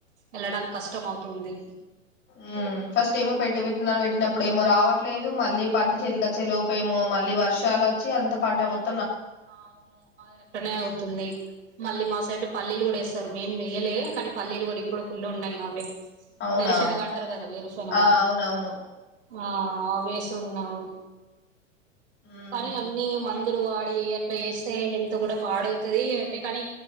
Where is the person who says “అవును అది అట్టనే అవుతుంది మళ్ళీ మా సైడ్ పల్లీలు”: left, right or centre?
Right